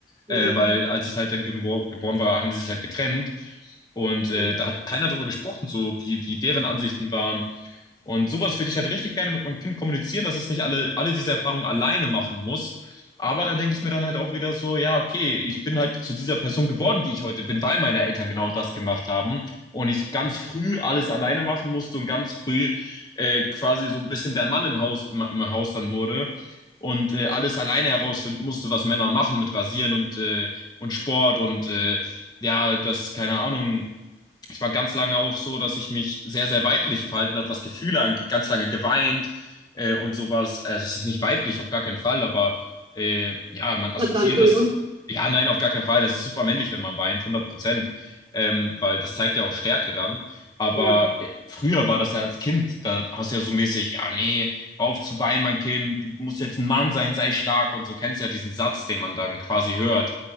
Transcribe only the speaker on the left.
äh, weil als ich halt dann gebor geboren war, haben die sich halt getrennt. Und äh,
da hat keiner drüber gesprochen, so wie, wie deren Ansichten waren. Und sowas würde ich halt richtig gerne mit meinem Kind kommunizieren, dass es nicht alle, alle diese Erfahrungen alleine machen muss. Aber da denke ich mir dann halt auch wieder so, ja, okay, ich bin halt zu dieser Person geworden, die ich heute bin, weil meine Eltern genau das gemacht haben und ich ganz früh alles alleine machen musste und ganz früh äh, quasi so ein bisschen der Mann im Haus, im, im Haus dann wurde und äh, alles alleine herausfinden musste, was Männer machen mit Rasieren und, äh, und Sport und äh, ja, das keine Ahnung, ich war ganz lange auch so, dass ich mich sehr, sehr weiblich verhalten hat, was Gefühle angeht, ganz lange geweint äh, und sowas. Also es ist nicht weiblich, auf gar keinen Fall, aber äh, ja, man assoziiert
das, ja, nein, auf gar keinen Fall, das ist super männlich, wenn man weint, 100 Prozent, ähm, weil das zeigt ja auch Stärke dann. Aber
äh, früher war das ja als Kind, da hast du ja so mäßig, ja, nee, hör auf zu weinen, mein Kind, du musst jetzt ein Mann sein, sei stark und so, kennst du ja diesen Satz, den man dann quasi hört.